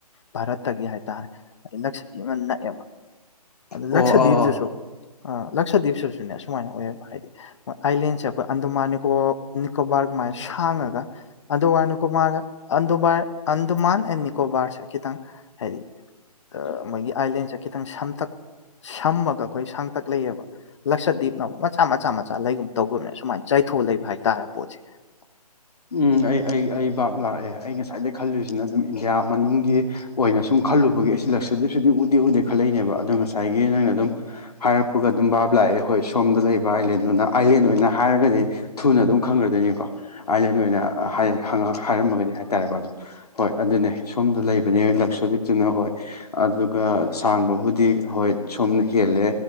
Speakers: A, on the left; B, on the left.
A: ꯚꯥꯔꯠꯇꯒꯤ ꯍꯥꯏꯇꯔꯦ ꯂꯛꯁꯗꯤꯕꯅ ꯅꯛꯑꯦꯕ ꯑꯗꯨ
B: ꯑꯣ
A: ꯂꯛꯁꯗꯤꯞꯁꯤꯁꯨ
B: ꯑꯣ
A: ꯂꯛꯁꯗꯤꯞꯁꯤꯁꯨꯅꯦ ꯁꯨꯃꯥꯏꯅ ꯑꯣꯏꯌꯦꯕ ꯍꯥꯏꯗꯤ ꯃꯣꯏ ꯑꯥꯏꯂꯦꯟꯁꯦ ꯑꯩꯈꯣꯏ ꯑꯟꯗꯃꯥꯟ ꯅꯤꯀꯣ ꯅꯤꯀꯣꯕꯥꯔꯒꯨꯃꯥꯏ ꯅ ꯁꯥꯡꯉꯒ ꯑꯟꯗꯥꯃꯥꯟ ꯅꯤꯀꯣꯕꯔꯅ ꯑꯟꯗꯣꯃꯥꯟ ꯑꯟꯗꯃꯥꯟ ꯑꯦꯟ ꯅꯤꯀꯣꯕꯥꯔꯁꯦ ꯈꯤꯇꯪ ꯍꯥꯏꯗꯤ ꯀ ꯃꯣꯏꯒꯤ ꯑꯥꯏꯂꯦꯟꯁꯦ ꯈꯤꯇꯪ ꯁꯝꯇꯛ ꯁꯝꯃꯒ ꯑꯩꯈꯣꯏ ꯁꯥꯡꯇꯛ ꯂꯩꯑꯕ ꯂꯛꯁꯗꯤꯞꯅ ꯑꯃꯨꯛ ꯃꯆꯥ ꯃꯆꯥ ꯃꯆꯥ ꯂꯩꯒꯨꯝꯕ ꯇꯧꯕꯅ ꯁꯨꯃꯥꯏꯅ ꯊꯣ ꯂꯩꯕ ꯍꯥꯏꯇꯥꯔꯦ ꯄꯣꯠꯁꯦ
B: <inaudible> ꯎꯝ ꯑꯩ ꯑꯩ ꯑꯩ ꯕꯥꯥꯞ ꯂꯥꯛꯑꯦ ꯑꯩ ꯉꯁꯥꯏꯗꯒꯤ ꯈꯜꯂꯨꯏꯁꯤꯅ ꯑꯗꯨꯝ ꯏꯟꯗꯤꯌꯥ ꯃꯅꯨꯡꯒꯤ ꯑꯣꯏꯅ ꯁꯨꯝ ꯈꯜꯂꯨꯕ ꯑꯩꯈꯣꯏꯒꯤ ꯑꯩꯁꯤ ꯂꯛꯁꯗꯤꯞꯁꯤꯗꯤ ꯎꯗꯦ ꯎꯗꯦ ꯈꯜꯂꯛꯏꯅꯦꯕ ꯑꯗꯣ ꯉꯁꯥꯏꯒꯤ ꯅꯪꯅ ꯑꯗꯨꯝ ꯍꯥꯏꯔꯛꯄꯒ ꯑꯗꯨꯝ ꯚꯥꯞ ꯂꯥꯛꯑꯦ ꯍꯣꯏ ꯁꯣꯝꯗ ꯂꯩꯕ ꯑꯥꯏꯂꯦꯟꯗꯨꯅ ꯑꯥꯏꯂꯦꯟ ꯑꯣꯏꯅ ꯍꯥꯏꯔꯒꯗꯤ ꯊꯨꯅ ꯑꯗꯨꯝ ꯈꯪꯒ꯭ꯔꯗꯣꯏꯅꯤꯀꯣ ꯑꯥꯏꯂꯦꯟ ꯑꯣꯏꯅ ꯍꯥꯢ ꯍꯪꯉ ꯍꯥꯏꯔꯝꯃꯒꯗꯤ ꯍꯥꯏꯇꯥꯔꯦꯀꯣ ꯑꯗꯨꯝ ꯍꯣꯏ ꯑꯗꯨꯅꯦ ꯁꯣꯝꯗ ꯂꯩꯕꯅꯦ ꯂꯛꯁꯣꯗꯤꯞꯇꯨꯅ ꯍꯣꯏ ꯑꯗꯨꯒ ꯁꯥꯡꯕꯕꯨꯗꯤ ꯍꯣꯏ ꯁꯣꯝꯅ ꯍꯦꯜꯂꯦ